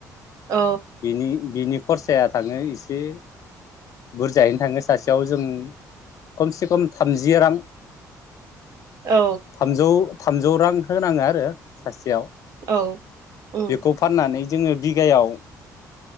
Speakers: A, on the right; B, on the left.
A: औ
B: बिनि बिनि खरसाया थाङो एसे बुरजायैनो थाङो सासेयाव जों खमसे खम थामजि रां
A: औ
B: थामजौ थामजौ रां होनाङो आरो सासेयाव
A: औ उम
B: बेखौ फाननानै जोङो बिगायाव